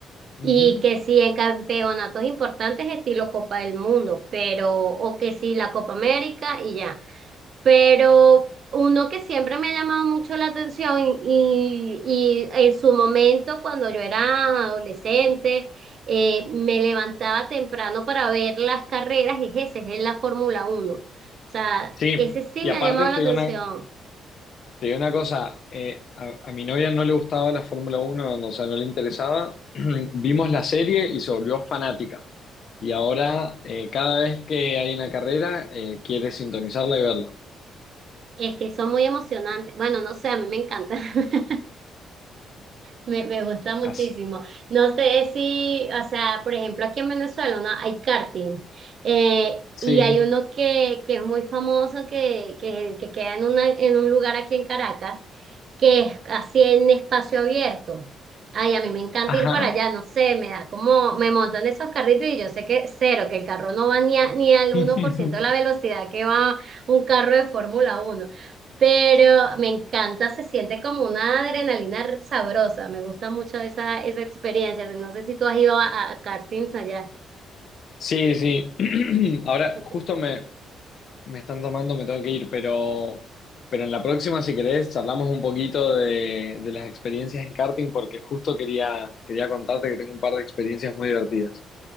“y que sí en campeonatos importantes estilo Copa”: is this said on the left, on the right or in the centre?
Right